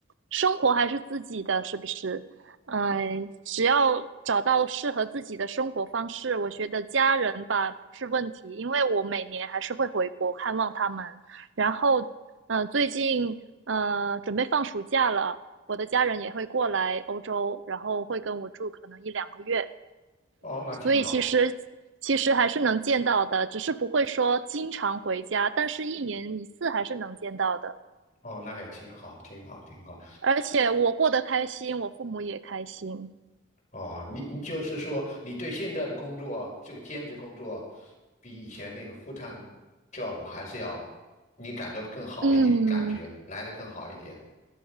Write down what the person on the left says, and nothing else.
哦，那挺好。
哦，那也挺好，挺好，挺好。
哦，你你就是说，你对现在的工作，这个兼职工作，比以前那个 f u job 还是要，你感觉更好一点，
感觉来的更好一点。